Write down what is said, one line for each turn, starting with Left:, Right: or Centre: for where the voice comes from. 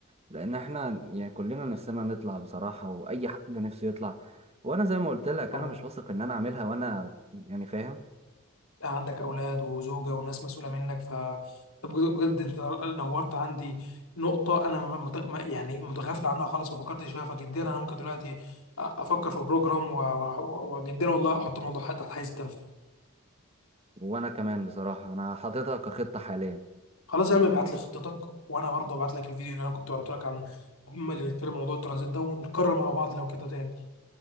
Right: لأن إحنا يعني كلنا نفسنا نطلع بصراحة وأي حد نفسه يطلع وأنا زي ما قلت لك
Left: طبعا
Right: أنا مش واثق إن أنا أعملها وأنا يعني فاهم
Left: عندك أولاد وزوجة وناس مسؤولة منك ف طب بجد بجد أنت نورت عندي نقطة أنا مت... ما- يعني متغافل عنها خالص ما فكرتش فيها فجديا أنا ممكن دلوقتي أ- أفكر في بروجرام و- و- و- وجديا والله أحط الموضوع حتى تحت حيز التنفيذ
Right: وانا كمان بصراحة انا حاططها كخطة حاليا
Left: خلاص يا عم ابعت لي خطتك وأنا برضه ابعت لك الفيديو اللي أنا كنت وريته لك عن هم اللي بيتكلم موضوع الترانزيت ده ونكرر مع بعض لو كده تاني